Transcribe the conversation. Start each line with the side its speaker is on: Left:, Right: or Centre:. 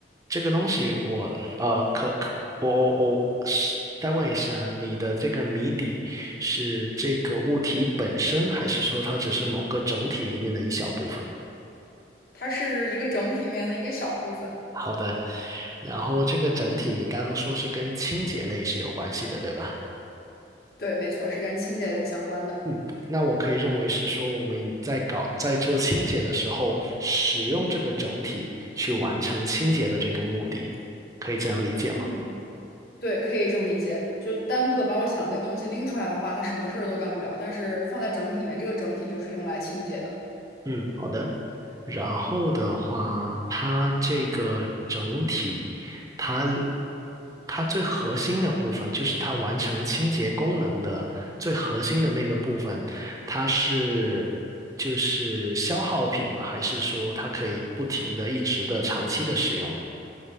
Right: 这个东西我呃，可可，我我我是再问一下，你的这个谜底是这个物体本身，还是说它只是某个整体里面的一小部分？
Left: 它是一个整体里面的一个小部分。
Right: 好的，然后这个整体你刚刚说是跟清洁类是有关系的，对吧？
Left: 对，没错，是跟清洁类相关的。
Right: 嗯，那我可以认为是说，我们在搞在做清洁的时候，使用这个整体去完成清洁的这个目的，可以这样理解吗？
Left: 嗯，对，可以这么理解。就单个把我想的那个东西拎出来的话，它什么事儿都干不了。但是放在整体里面，这个整体就是用来清洁的。
Right: 嗯，好的。然后的话，它这个整体，它它最核心的部分，就是它完成清洁功能的最核心的那个部分，它是就是消耗品吗？还是说它可以不停的、一直的、长期的使用？